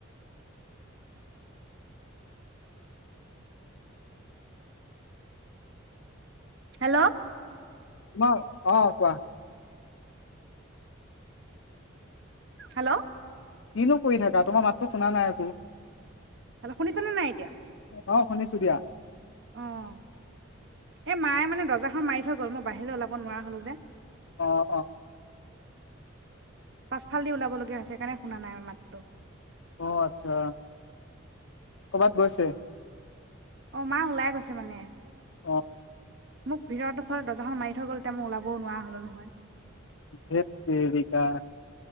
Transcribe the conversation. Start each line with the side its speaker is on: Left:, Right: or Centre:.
Right: হেল্ল।
Left: অ অ', কোৱা।
Right: হেল্ল।
Left: কিনো কৰি থাকা তোমাৰ মাততো শুনা নাই আকৌ।
Right: হেল্ল শুনিছানে নাই এতিয়া।
Left: অ', শুনিছোঁ দিয়া।
Right: অ', এই মায়ে মানে দৰ্জাখন মাৰি থৈ গ'ল মই বাহিৰলৈ ওলাব নোৱাৰা হলো যে।
Left: অ', অ'।
Right: পাছফাল দি ওলাবলগীয়া হৈছে সেইকাৰণে শুনা নাই মাতটো।
Left: অ', আচ্ছা কৰ'বাত গৈছে।
Right: অ', মা ওলাই গৈছে মানে।
Left: অ'।
Right: মোক ভিতৰত ওৰত দৰ্জাখন মাৰি থৈ গ'ল এতিয়া মই ওলাবও নোৱাৰা হলো নহয়।
Left: ধেট তেৰিকা।